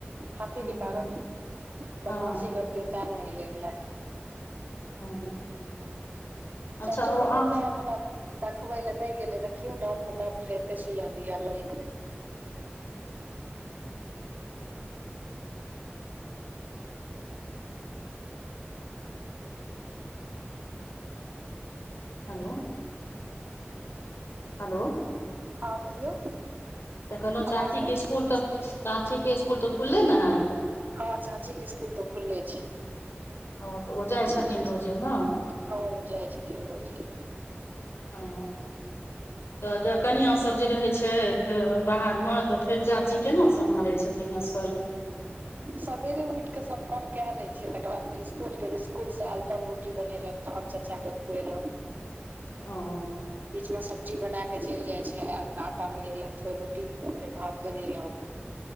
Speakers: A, on the right; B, on the left.
A: हाथे
B: हँ
A: के कारण <inaudible>
B: हँ
A: बदमाशी करते तै नहि ऐलै लऽ कऽ
B: हँ अच्छा
A: चच्चो
B: ओ अहाँ
A: रहै जाय बला देखबै ले नहि गेले देखियो डाँर में दर्द रहे एतै सुइया दिया लेलकै
B: हेलो हेलो
A: हँ कहियौ
B: तऽ कहलहुँ चाचीके
A: आवाज नहि
B: स्कुल तऽ चाचीके स्कुल तऽ खुलले न हैत
A: हँ चाचीेके स्कुल तऽ खुलले छै
B: ओ तऽ ओ जाइ छथिन
A: जाय छथिन
B: रोजे ने
A: हँ जाय छथिन रोजे
B: ह तऽ ज कनिआँ सब जे रहै छथि बाहरमे तऽ फेर चाची केना समारहै छथिन असगर
A: सवेरे उठ कऽ सब काम कए ले छियै तकर बाद फेर स्कूल गेल स्कूल से आयल तब रोटी बनेलक तहन चच्चाके खुएलक
B: ओ
A: बीच मे सब्जी बना क चलि जाय छै आयल तऽ आटा मिलेलक फेर रोटी फेर भात बनेलक